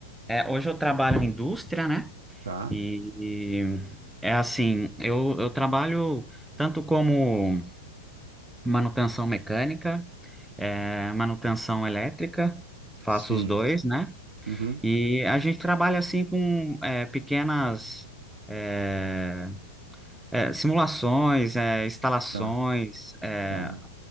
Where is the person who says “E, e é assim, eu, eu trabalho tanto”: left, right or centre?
Centre